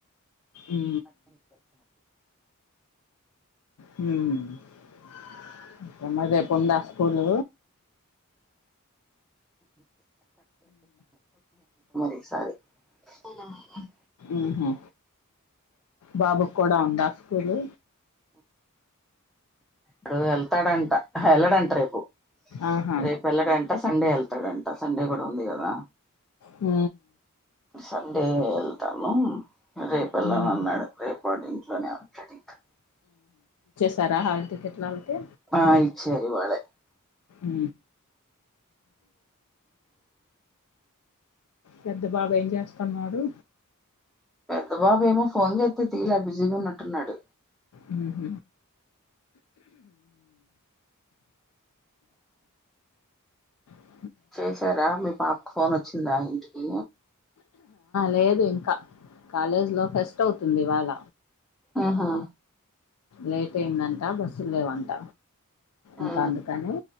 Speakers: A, on the left; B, in the centre.
A: ఉ హు <unintelligible> రేపు ఉందా స్కూల్?
B: <inaudible> ఈసారి. <inaudible>
A: ఉహు బాబుకు కూడా ఉందా స్కూలు.
B: అడు వెల్తాడాంట, ఎల్డంట రేపు,
A: ఆహా
B: రేపు ఎల్డంట సండే ఎల్. ళ్తాడంట సండే కూడా ఉంది కదా?
A: ఉ
B: సండే వెళ్తాను రేప వెళ్లాన
A: ఉమ్హు,
B: అన్నాడు రేపు వాడు ఇంట్లోనే ఉంటాడు ఇంకా
A: ఇచ్చారా హల్టికెట్లాలకు
B: ఆ ఇచ్చరి ఇవాలే
A: హ పెద్ద బాబు ఏం చేస్తున్నాడు
B: పెద్ద బాబు ఏమో ఫోన్ చేతే తీయలే బిజీగా ఉన్నట్టున్నాడు
A: ఉమ్ అ
B: చేసారా మీ పాపకు ఫోన్ వచ్చిందా ఇంటికి
A: లేదు ఇంకా కాలేజీలో ఫెస్ట్ అవుతుంది ఇవాళ
B: ఆహా
A: లేట్ అయిందంట బస్సు లేవంట ఇంకా
B: ఆ
A: అందుకని